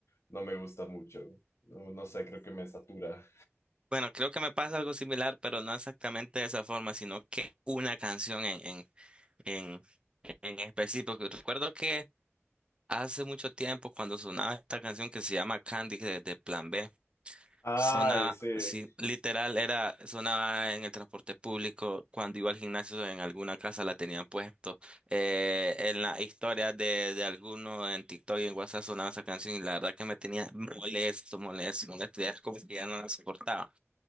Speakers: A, on the left (about 70°); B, on the right (about 20°).
A: no me gusta mucho. No, no sé, creo que me satura.
B: Bueno, creo que me pasa algo similar, pero no exactamente de esa forma, sino que una canción en, en, en, en específico. Recuerdo que hace mucho tiempo, cuando sonaba esta canción que se llama Candy de, de Plan B,
A: Ay,
B: sonaba,
A: sí.
B: sí, literal, era, sonaba en el transporte público, cuando iba al gimnasio, en alguna casa la tenían puesto. eh, en las historias de, de alguno en TikTok y en WhatsApp sonaba esa canción y la verdad que me tenía molesto, molesto, molesto, ya era como que ya no la soportaba.